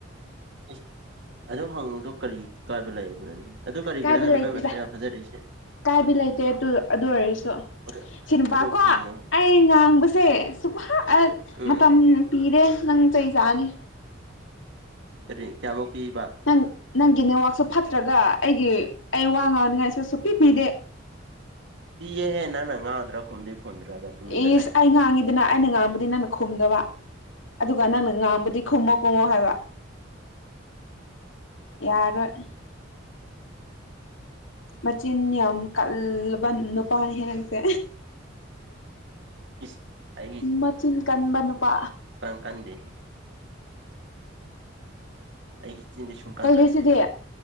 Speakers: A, on the right; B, on the left.
A: ꯏꯁ ꯑꯗꯨ ꯍꯪꯉꯨꯗꯨ ꯀꯔꯤ ꯀꯥꯏꯕ ꯂꯩꯕꯔ꯭ꯅꯦ ꯑꯗꯨ ꯀꯔꯤꯒꯤꯔꯥ
B: ꯀꯥꯏꯕ
A: ꯍꯥꯏꯕ
B: ꯂꯩꯇꯦꯗ
A: ꯅꯪ ꯅꯁꯛ ꯌꯥꯝꯖꯔꯤꯁꯦ
B: ꯀꯥꯏꯕ ꯂꯩꯇꯦ ꯑꯗꯨ ꯑꯗꯨ ꯑꯣꯏꯔꯁꯨ
A: ꯑꯗꯨ
B: ꯁꯤ ꯅꯨꯄꯥꯀꯣ
A: ꯑꯗꯨ ꯈꯨꯝꯃꯣ
B: ꯑꯩ ꯉꯥꯡꯕꯁꯦ ꯁꯨꯐ ꯑꯥ
A: ꯎꯝ
B: ꯃꯇꯝ ꯄꯤꯔꯦ ꯅꯪ ꯆꯩ ꯆꯥꯅꯤ
A: ꯀꯔꯤ ꯀꯌꯥꯃꯨꯛ ꯄꯤꯕ
B: ꯅꯪ ꯅꯪꯒꯤ ꯅꯦꯠꯋꯥꯛꯁꯦ ꯐꯠꯇ꯭ꯔꯒ ꯑꯩꯒꯤ ꯑꯩ ꯋꯥ ꯉꯥꯡꯅꯤꯡꯉꯥꯏꯁꯨ ꯁꯨꯡꯄꯤ ꯄꯤꯗꯦ
A: ꯄꯤꯍꯦ ꯅꯪꯅ ꯉꯥꯡꯗ꯭ꯔꯥꯒ ꯈꯨꯝꯗꯤ ꯈꯨꯝꯗ꯭ꯔꯒ ꯇꯨꯃꯤꯟꯅ
B: ꯢꯁ
A: ꯂꯩꯔꯒ
B: ꯑꯩ ꯉꯥꯡꯉꯤ ꯑꯗꯨꯅ ꯑꯩꯅ ꯉꯥꯡꯕꯗꯤ ꯅꯪꯅ ꯈꯨꯝꯗꯕ ꯑꯗꯨꯒ ꯅꯪꯅ ꯉꯥꯡꯕꯗꯤ ꯈꯨꯝꯃꯣ ꯈꯨꯝꯃꯣ ꯍꯥꯏꯕ ꯌꯥꯔꯣꯏ ꯃꯆꯤꯟ ꯌꯥꯝ ꯀꯜꯂꯕ ꯅꯨꯄꯥꯅꯤ ꯍꯦ ꯅꯪꯁꯦ
A: ꯏꯁ ꯑꯩꯒꯤ
B: ꯃꯆꯤꯟ ꯀꯟꯕ ꯅꯨꯄꯥ
A: ꯀꯟꯗꯦꯍꯦ ꯑꯩꯒꯤ ꯆꯤꯟꯗꯤ ꯁꯨꯡꯀꯟ
B: ꯀꯜꯂꯤꯁꯤꯗꯤ
A: ꯀꯟꯗꯦ